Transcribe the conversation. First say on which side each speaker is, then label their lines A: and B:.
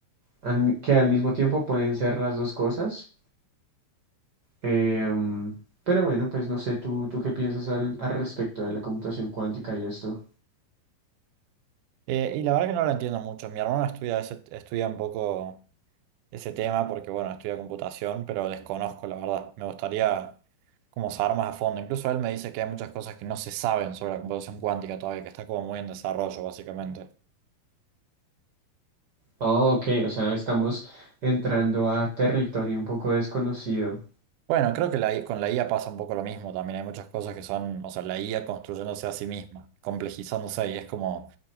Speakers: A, on the right; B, on the right.
A: al mi- que al mismo tiempo pueden ser las dos cosas. Em, pero bueno, pues no sé, ¿tú, tú qué piensas al, al respecto de la computación cuántica y esto?
B: Eh, y la verdad que no lo entiendo mucho. Mi hermano estudia, ese- estudia un poco ese tema porque, bueno, estudia computación, pero desconozco, la verdad. Me gustaría como saber más a fondo. Incluso él me dice que hay muchas cosas que no se saben sobre la computación cuántica todavía, que está como muy en desarrollo, básicamente.
A: Oh, ok, o sea, estamos entrando a territorio un poco desconocido.
B: Bueno, creo que la I- con la IA pasa un poco lo mismo también. Hay muchas cosas que son, o sea, la IA construyéndose a sí misma, complejizándose y es como